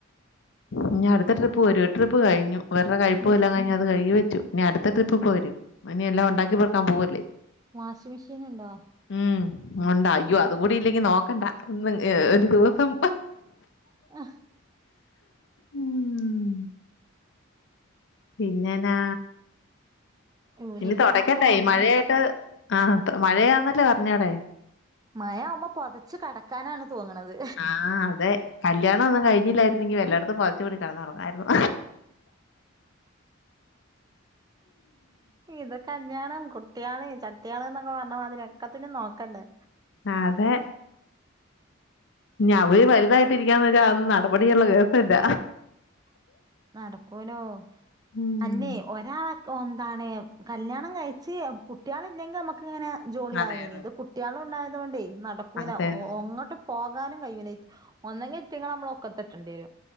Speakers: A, on the left (about 60°); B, on the right (about 20°).
A: ഇനി അടുത്ത ട്രിപ്പ് ഒരു ട്രിപ്പ് കഴിഞ്ഞു വേരുടെ കഴിപ്പല്ലാം
B: മിഷ്
A: കഴിഞ്ഞ്. അത് കഴുകി വച്ചു ഇനി അടുത്ത ട്രിപ്പ് പ്പോ വരും. ഇനി എല്ലാം ഉണ്ടാക്കി പെക്കാൻ പോവല്ലേ.
B: വാഷിംഗ് മെഷീൻ ഉണ്ടോ?
A: ഉം ഉണ്ടാ അയ്യോ അത് കൂടി ഇല്ലെങ്കി നോക്കണ്ട ഒരു ദിവസം.
B: ആഹ്.
A: ഉം പിന്നെനാ
B: യൂണിഫോം
A: ഇനി തുടക്കട്ടായി
B: ഒക്കെ ഉണങ്ങണെങ്കില്
A: മഴയായിട്ട്. ആഹ് മഴയാന്നല്ലേ പറഞ്ഞവ്ടെ?
B: മഴാവുമ്പ പൊത്ച്ചു കെടക്കാനാണ് തോന്ന്ണത്.
A: ആഹ് അതെ കല്യാണം ഒന്നും കഴിഞ്ഞില്ലായിരുന്നെങ്കി വല്ല ഇടതും പുതച്ച് മൂടി കിടന്നുറങ്ങായിരുന്നു.
B: ഇത് കല്യാണം കുട്ടികള് ചട്ടിയാള് എന്നൊക്കെ പറ്ഞ്ഞ മാതിരി ഒക്കെത്തിനും നോക്കണ്ടേ.
A: അതെ. ഇഞ് അവര് വലുതായിട്ടിരിക്കാന്ന് വെച്ചാൽ അന്നും നടപടിയുള്ള കേസല്ല.
B: നടക്കൂലോ
A: ഉം
B: അല്ലെ ഒരാള എന്താണ് കല്യാണം കഴിച്ച് കുട്ടികള ഇല്ലെങ്കി നമ്മുക്ക് ഇങ്ങനെ. ജോളി
A: അതെ
B: ആയേനി
A: അതെ
B: ഇത് കുട്ടികള് ഉണ്ടായതോണ്ടേ നടക്കുല്ല
A: അതെ
B: ഒ
A: അതെ
B: ഒങ്ങോട്ടും പോകാനും കഴിയൂല. ഒന്നങ്കി ന്ട്ടങ്കളെ നമ്മൾ ഒക്കെത്ത്ട്ടെണ്ടി വരും